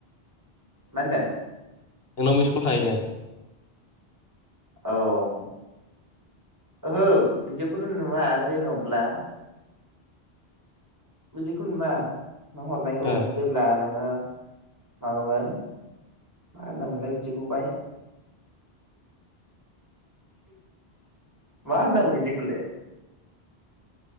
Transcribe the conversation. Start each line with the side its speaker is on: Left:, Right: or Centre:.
Right: मा होनदों?
Left: नोंनाव मिस्कल थाहैदों?
Right: औ ओहो बिदिखौथ' नुवा जेन'ब्ला बुदिखौ नुआ नों हरनायखौ
Left: ओ
Right: जेब्ला नोङो। माबागोन मा होनो मोनलाय बिदिखौहाय मा होननांगौ बिदि खौलाय